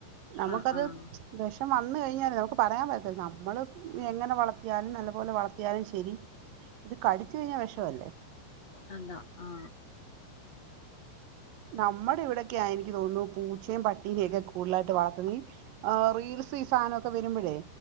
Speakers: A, on the right; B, on the left.
A: നമുക്കത്
B: ആഹ് ആഹ്
A: വെ വന്ന്കഴിഞ്ഞാ നമുക്ക് പറയാൻ പറ്റത്തില്ല നമ്മള് എങ്ങനെ വളർത്തിയാലും നല്ലപോലെ വളർത്തിയാലും ശെരി ഇത് കടിച്ചഴിഞ്ഞാൽ വെഷല്ലേ
B: <unintelligible> ആ
A: നമ്മടെ ഇവിടെക്കേയാ എനിക്ക് തോന്നുന്നു പൂച്ചേം പട്ടീനേക്കേ കൂടുലായിട്ട് വളർത്തുന്നേ ആ റീൽസ് ഈ സാനൊക്കേ വരുമ്പഴേ